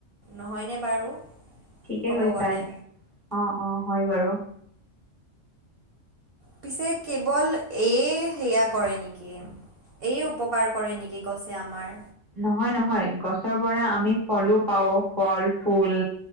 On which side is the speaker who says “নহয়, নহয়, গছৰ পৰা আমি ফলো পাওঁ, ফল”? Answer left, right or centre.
Centre